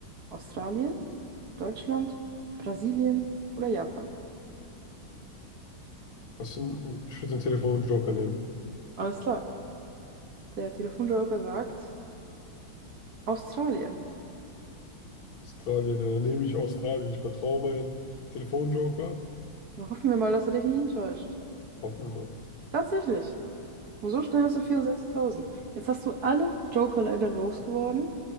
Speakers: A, on the right; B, on the left.
A: Australien, Deutschland, Brasilien oder Japan.
B: Hast du, einen- ich würde den Telefonjoker nehmen.
A: Alles klar. Der Telefonjoker sagt Australien.
B: Australien, ja, dann nehme ich Australien. Ich vertraue meinen Telefonjoker.
A: Na, hoffen wir mal, dass er dich nicht enttäuscht.
B: Hoffen wir mal.
A: Tatsächlich. Und so schnell hast du 64.000. Jetzt hast du alle Joker leider losgeworden.